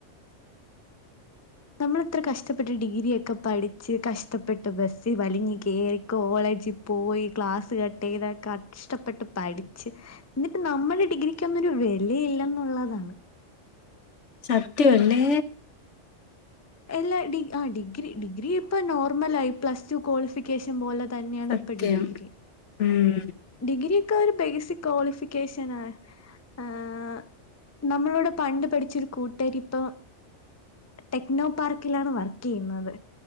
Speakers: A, on the left; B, on the left.
A: നമ്മൾ ഇത്ര കഷ്ടപ്പെട്ട് ഡിഗ്രിയൊക്കെ പഠിച്ച് കഷ്ടപ്പെട്ട് ബസ്സി വലിഞ് കേറി കോളേജി പോയി ക്ലാസ് കട്ട് ചെയ്ത കഷ്ടപ്പെട്ട് പഠിച്ച് എന്നിട്ട് നമ്മുടെ ഡിഗ്രക്കൊന്നുരു വെലയില്ലെന്നുള്ളതാണ്
B: സത്യം അല്ലേ
A: എല്ലാ ഡി ആഹ് ഡിഗ്രി ഡിഗ്രി ഇപ്പൊ നോർമലായി പ്ലസ് ടു ക്വാളിഫി കഷൻ പോലെ തന്നെയാണ്
B: സത്യം
A: ഇപ്പ ഡിഗ്രി
B: ഉം
A: ഡിഗ്രിയക്കെ ഒരു ബേസിക് ക്വാളിഫിക്കേഷനാ ആഹ് നമ്മളോട് പണ്ട് പഠിച്ചൊരു കൂട്ടുകാരി ഇപ്പൊ ടെക്നോ പാർക്കിലാണ് വർക്ക് ചെയ്യുന്നത്